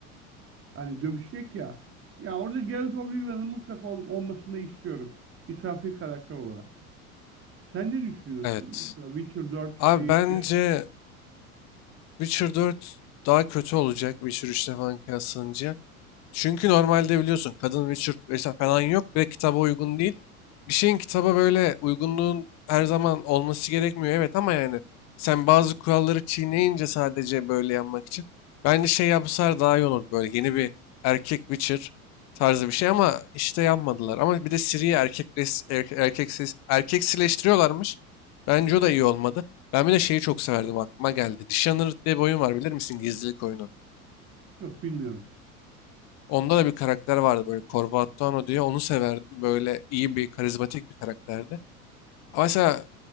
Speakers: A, on the right; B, on the left.
A: Hani dövüşecek ya. Ya orada Geralt of Rivia'nın mutlaka ol- olmasını istiyorum. Misafir karakter olarak. Sen ne düşünüyorsun?
B: Evet.
A: Mesela Witcher 4
B: Abi
A: değil.
B: bence
A: Geralt-
B: Witcher 4 daha kötü olacak Witcher 3'te falan kıyaslanınca. Çünkü normalde biliyorsun kadın Witcher vesaire falan yok. Bir de kitaba uygun değil. Bir şeyin kitaba böyle uygunluğun her zaman olması gerekmiyor. Evet ama yani sen bazı kuralları çiğneyince sadece böyle yanmak için. Bence şey yapsalar daha iyi olur. Böyle yeni bir erkek Witcher tarzı bir şey ama işte yapmadılar. Ama bir de Ciri'yi erkek, erkek, erkek, erkeksileştiriyorlarmış. Bence o da iyi olmadı. Ben bir de şeyi çok severdim aklıma geldi. Dishonored diye bir oyun var bilir misin? Gizlilik oyunu.
A: Yok bilmiyorum.
B: Onda da bir karakter vardı böyle Corvatano diye. Onu severdim. Böyle iyi bir, karizmatik bir karakterdi. Ama
A: Evet.
B: mesela